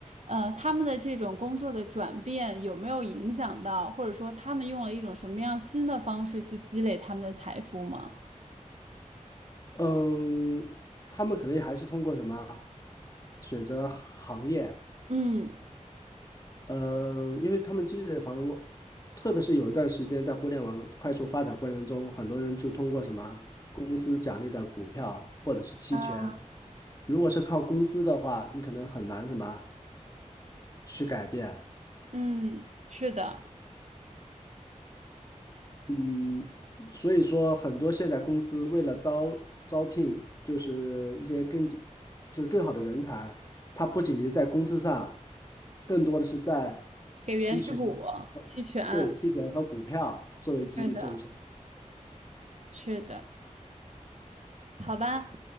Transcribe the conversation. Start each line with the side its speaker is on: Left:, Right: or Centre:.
Right: 呃，他们的这种工作的转变有没有影响到，或者说他们用了一种什么样新的方式去积累他们的财富吗？
Left: 嗯，他们肯定还是通过什么啊选择行业。
Right: 嗯
Left: 嗯，呃因为他们积累的房屋，特别是有一段时间在互联网快速发展过程中，很多人就通过什么公司奖励的股票或者是期权，
Right: 啊，
Left: 如果是靠工资的话，你可能很难什么去改变。
Right: 嗯，是的，
Left: 嗯，所以说很多现在公司为了招招聘，就是一些更就是更好的人才，它不仅是在工资上，更多的是在期权，
Right: 给原始股期权，
Left: 对，期权和股票作为激励政策。
Right: 是的，是的。好吧，